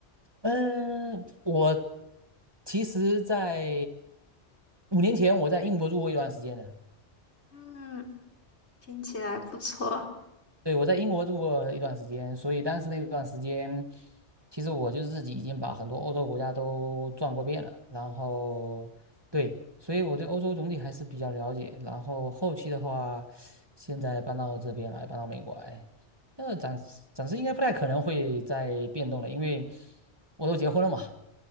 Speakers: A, on the right (about 20°); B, on the left (about 65°).
A: 嗯，我其实在五年前我在英国住过一段时间的，
B: 嗯，听起来不错。
A: 对，我在英国住过一段时间，所以当时那段时间，其实我就自己已经把很多欧洲国家都转过遍了。然后，对，所以我对欧洲总体还是比较了解。然后后期的话，现在搬到这边来，搬到美国来，那暂时暂时应该不太可能会再变动了，因为我都结婚了嘛